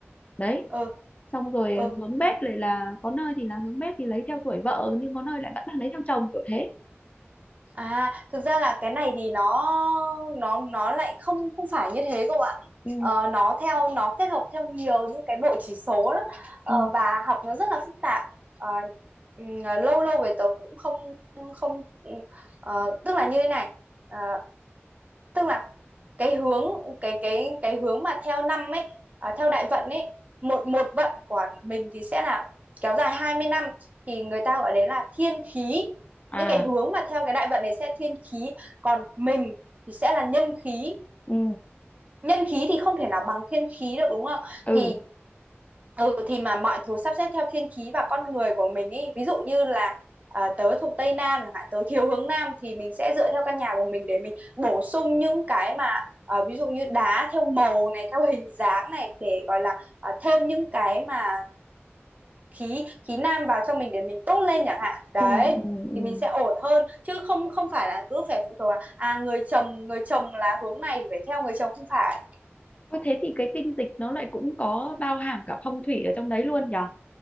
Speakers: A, on the left; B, on the right.
A: đấy.
B: ờ
A: Xong rồi
B: ờ
A: hướng bếp lại là có nơi thì là hướng bếp thì lấy theo tuổi vợ nhưng có nơi lại vẫn là lấy theo chồng kiểu thế.
B: À, thực ra là cái này thì nó nó nó lại không không phải như thế cậu ạ.
A: ừ,
B: Ờ, nó theo nó kết hợp theo nhiều những cái bộ chỉ số lắm Ờ,
A: ừ,
B: và học nó rất là phức tạp. Ờ, ừm, lâu lâu về tớ cũng không không ừm, ờ, tức là như thế này. Ờ, tức là cái hướng cái cái cái hướng mà theo năm ấy à, theo đại vận ấy một một vận của mình thì sẽ là kéo dài hai mươi năm thì người ta gọi đấy là thiên khí
A: À
B: những cái hướng mà theo cái đại vận này sẽ thiên khí còn mình thì sẽ là nhân khí
A: ừ,
B: nhân khí thì không thể nào bằng thiên khí được đúng không
A: ừ,
B: thì Ừ thì mà mọi thứ sắp xếp theo thiên khí và con người của mình ý. Ví dụ như là à, tớ thuộc Tây Nam chẳng hạn, tớ thiếu hướng Nam thì mình sẽ dựa theo căn nhà của mình để mình bổ sung những cái mà à, ví dụ như đá theo màu này, theo hình dáng này để gọi là à, thêm những cái mà khí khí nam vào cho mình để mình tốt lên chẳng hạn. Đấy
A: ừ, ừ.
B: thì
A: ừ.
B: mình sẽ ổn hơn chứ không không phải là cứ phải phụ thuộc là à người chồng người chồng là hướng này thì phải theo người chồng không phải.
A: Ôi thế thì cái kinh dịch nó lại cũng có bao hàm cả phong thủy ở trong đấy luôn nhở?